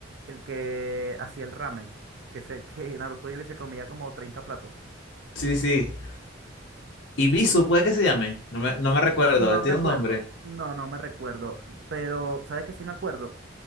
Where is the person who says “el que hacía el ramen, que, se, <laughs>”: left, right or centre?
Right